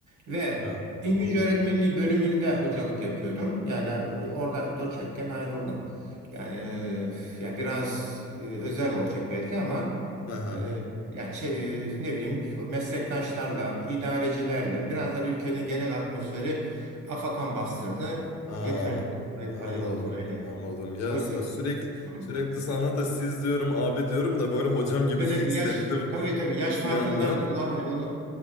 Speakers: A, on the right (about 75°); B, on the left (about 60°).
A: ve
B: Ha,
A: İngilizce
B: anladım.
A: öğretmenliği bölümünde hocalık yapıyordum. Yani e, orada doçentken ayrıldım. Yani, e, yani biraz e, özel olacak belki ama
B: Aha.
A: ee, yani çe- ne bileyim meslektaşlarla, idarecilerle biraz da ülkenin genel atmosferi afakan bastırdı.
B: Aa,
A: Yeter dedi. Ay-
B: anladım.
A: Ayrıldım öyle yani.
B: Anladım. Ya
A: Oysa
B: sa-
A: ki
B: sürekli
A: hı.
B: sürekli sana da siz diyorum abi diyorum da böyle hocam gibi
A: Hiç önemli
B: de <laughs> hissettim
A: yaş tabii tabii yaş farkındandır
B: bir yandan.
A: normal onu,